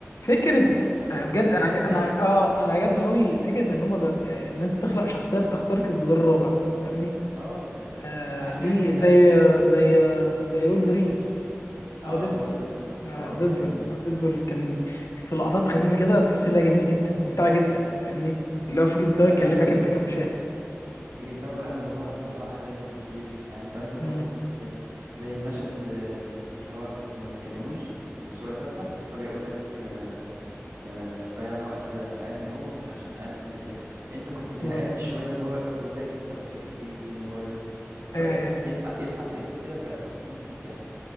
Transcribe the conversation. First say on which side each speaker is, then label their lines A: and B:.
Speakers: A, on the left (about 80°); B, on the right (about 75°).
A: فكره
B: أيوه ضيع-
A: انا بجد
B: ضيعنا
A: انا
B: خمس
A: عج-
B: دقايق
A: انا اه انا عجبني قوي فكره ان هم ب... ان انت تخلق شخصيه بتخترق الجدار الرابع فاهمني
B: أه أنت
A: آه
B: أحسن
A: دي
B: حاجة فيه أنت
A: زي زي زي وولفرين
B: ديدبول أه
A: او ديدبول
B: هو ديدبول
A: آه
B: أه
A: ديدبول
B: يعني
A: آه ديدبول كان في لقطات خفيفه كده تحس ان هي جميله جدا ممتعه جدا فاهمني اللي هو فكره اللي هو
B: لا
A: يكلمك
B: عايز أقول لك
A: انت كمشاهد
B: في جنتاما بقى الموضوع الموضوع ألذ بكتير يعني أنت مثلا
A: مم،
B: أنت ممكن زي مشهد آه، اللي هو هما ما بيتكلموش وصورة ثابتة فجأة يقول لك آه، آه، ضيعنا وقت من الانمي اهو عشان نقلل التكلفه انت كنت زهقان
A: بالظبط
B: شويه اللي هو هو ساكت طب ساكت ليه الدنيا بايظه وفجاه
A: ايوه ايوه
B: يطلع يطلع بإفيه كده ف- فتموت من الضحك